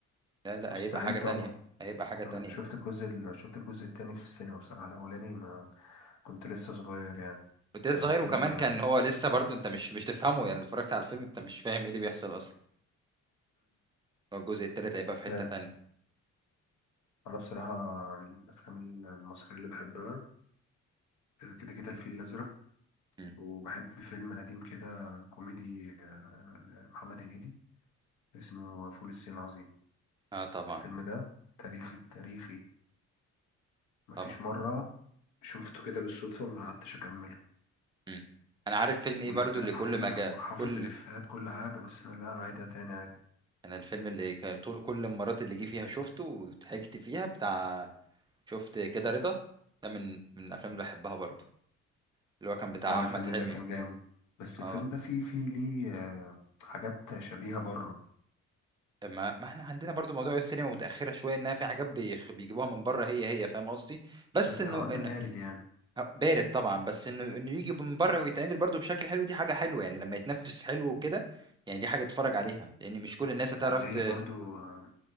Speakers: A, on the right; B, on the left.
A: لا لا
B: مستحيل
A: هيبقى حاجه
B: طبعا
A: تانية هيبقى حاجه تانية
B: انا شفت الجزء ال... شفت الجزء التاني في السينما بصراحه الاولاني ما كنت لسه صغير يعني
A: وده
B: كان
A: صغير
B: الفيلم
A: وكمان كان هو لسه برضه انت مش مش تفهمه يعني لو اتفرجت على الفيلم انت مش فاهم ايه اللي بيحصل اصلا هو الجزء التالت هيبقى في
B: فاهم
A: حتة تانية
B: انا بصراحه يعني الافلام المصريه اللي بحبها آه، كده كده الفيل الازرق
A: مم.
B: وبحب فيلم قديم كده كوميدي آه، محمد هنيدي اسمه فول الصين العظيم
A: اه طبعا
B: الفيلم ده تاريخي تاريخي مفيش
A: طبعا
B: مره شفته كده بالصدفه وما قعدتش اكمله
A: مم. انا عارف فيلم ايه
B: والافيهات
A: برضه اللي كل
B: حافظها
A: ما جاء
B: وحافظ
A: كل
B: الافيهات كل حاجه بس لا اعيدها تاني عادي
A: انا الفيلم اللي كان طول كل المرات اللي جه فيها شفته وضحكت فيها بتاع شفت كده رضا ده من من الافلام اللي بحبها برضه اللي هو كان بتاع
B: اه
A: احمد
B: الفيلم
A: حلمي
B: ده كان جامد بس
A: اه
B: الفيلم ده فيه فيه ليه آه، حاجات شبيهه بره
A: ما ما احنا عندنا برضو موضوع السينما متأخرة شوية انها في حاجات بيخ... بيجيبوها من بره هي هي فاهم قصدي بس
B: بس
A: انه
B: الحوار ده
A: ان
B: بارد يعني
A: أه، بارد طبعا بس انه انه يجي من بره ويتعمل برضه بشكل حلو دي حاجه حلوه يعني لما يتنفس حلو وكده يعني دي حاجه تتفرج عليها لان مش كل الناس
B: يعني
A: هتعرف
B: زي
A: ت...
B: برضو آه،